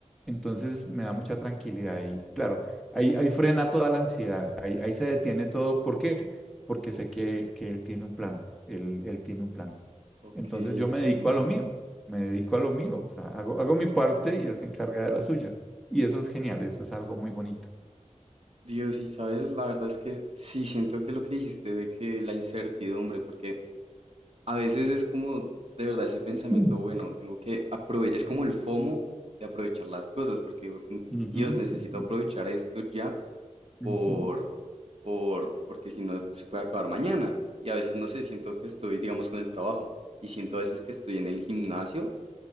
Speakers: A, in the centre; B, on the right.
A: Entonces me da mucha tranquilidad y claro, ahí, ahí frena toda la ansiedad, ahí, ahí se detiene todo. ¿Por qué? Porque sé que, que él tiene un plan, él, él tiene un plan.
B: Ok,
A: Entonces
B: entiendo.
A: yo me dedico a lo mío, me dedico a lo mío, o sea, hago, hago mi parte y él se encarga de la suya. Y eso es genial, eso es algo muy bonito.
B: Dios, y sabes, la verdad es que sí siento que lo que dijiste de que la incertidumbre, porque A veces es como de verdad ese pensamiento,
A: Mm.
B: bueno, tengo que aprovechar, es como el FOMO de aprovechar las cosas, porque mm, Dios
A: Ujú,
B: necesito
A: ujú,
B: aprovechar esto ya por,
A: ujú.
B: por, porque si no se puede acabar mañana. Y a veces no sé, siento que estoy, digamos, con el trabajo y siento a veces que estoy en el gimnasio